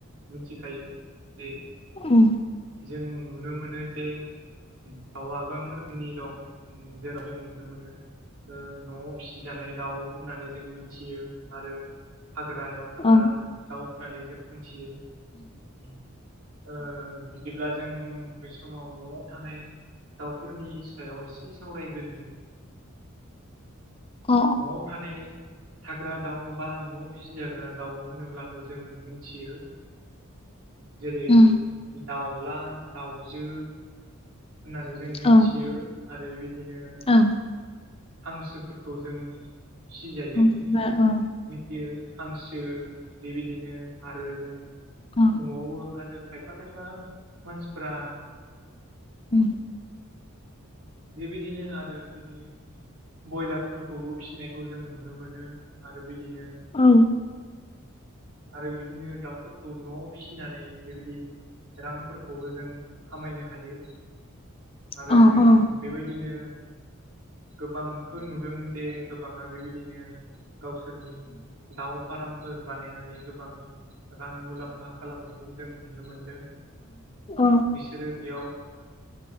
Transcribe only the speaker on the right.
मिथिखायो जे
जों नुनो मोनो जे दाउआ गोबां दं उम जेराव जों नुनो मोनो ओ न'आव फिसिजानाय दाउ होननानै जों मिनथियो आरो हाग्रायाव हाग्रा
दाउ होननानै जों मोनथियो ओ बिदिब्ला जों बे समाव न'आव थानाय दाउफोरनि सायाव एसे सावरायग्रोनि
न'आव थानाय हाग्रा दाउ बा न'आव फिसिजाग्रा दाउ होनोब्लाथ' जों मोनथियो। जेरै
दाउला दाउजो होननानै जों मोनथियो
आरो बेबायदिनो
हांसोफोरखौ जों फिजायो
माने
मिथियो हांसो बेबायदिनो आरो जों
न'आवबो आरो खायफा खायफा मानसिफोरा
बेबायदिनो आरो बिदिनो बयलारफोरखौबो फिनायखौ जों नुनो मोनो आरो बिदिनो
आरो बिदिनो दाउफोरखौ न'आव फिसिनानै बेबायदि रांफोरखौबो जों खामायनो हायो आरो
जों
बेबायदिनो गोबांखौ नुदों जे गोबाङा बेबायदिनो गावसोरनि दाउ फार्मफोर बानायनानै गोबां रां मुलाम्फा खालामनाय खौ जों नुनो मोनदों
बिसोरो बेयाव